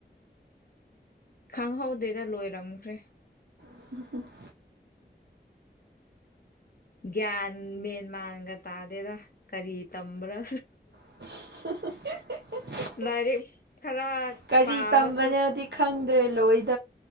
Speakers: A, on the left; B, on the right.
A: ꯈꯪꯍꯧꯗꯦꯗ ꯂꯣꯏꯔꯝꯈ꯭ꯔꯦ
B: <unintelligible>
A: ꯒ꯭ꯌꯥꯟ ꯃꯦꯟ ꯃꯥꯟꯒ ꯇꯥꯗꯦꯗ ꯀꯔꯤ ꯇꯝꯕ꯭ꯔꯥ
B: <unintelligible>
A: ꯂꯥꯏꯔꯤꯛ ꯈꯔ
B: ꯀꯔꯤ
A: ꯄꯥꯕꯁꯨ
B: ꯇꯝꯕꯅꯣꯗꯤ ꯈꯪꯗ꯭ꯔꯦ ꯂꯣꯏ